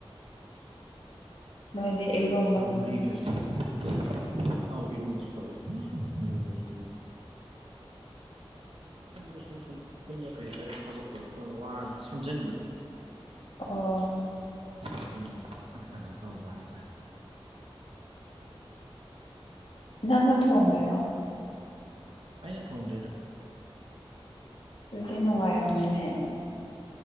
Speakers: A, on the left; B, on the right.
A: ꯅꯣꯏꯗꯤ ꯏꯔꫭꯝ
B: ꯁꯧꯒꯔꯤꯒ <unintelligible> ꯑꯥꯎ ꯏꯔꯣꯟꯝꯕꯁꯨ ꯇꯧꯋꯦ ꯏꯔꯣꯝꯕꯁꯨ ꯇꯧꯋꯦ ꯏꯔꫭꯝꯕꯁꯨ ꯁꯨꯝ ꯑꯩꯈꯣꯏꯅ ꯀꯩ ꯍꯥꯏꯇꯥꯔꯦ ꯊꯕꯛ ꯈꯔ ꯇꯧꯔ ꯋꯥꯕꯅꯤꯅ ꯁꯝꯖꯟꯕꯗꯣ
A: ꯈꫭ
B: ꯑꯗꯨꯅ ꯀꯩꯅꯣ ꯇꯧꯕ ꯍꯥꯏꯇꯥꯔꯦ ꯑꯗꯨꯅꯦ
A: ꯅꯪꯅ ꯊꯣꯡꯉꯤꯔꯣ
B: ꯑꯩꯅ ꯊꯣꯡꯗꯦꯗ ꯑꯩꯈꯣꯏ
A: ꯑꯗꯨꯗꯤ
B: ꯏꯃꯥꯅ
A: ꯅꯨꯡꯉꯥꯏꯔꯝꯅꯤꯅꯦ
B: ꯊꫭꯡꯉꯤ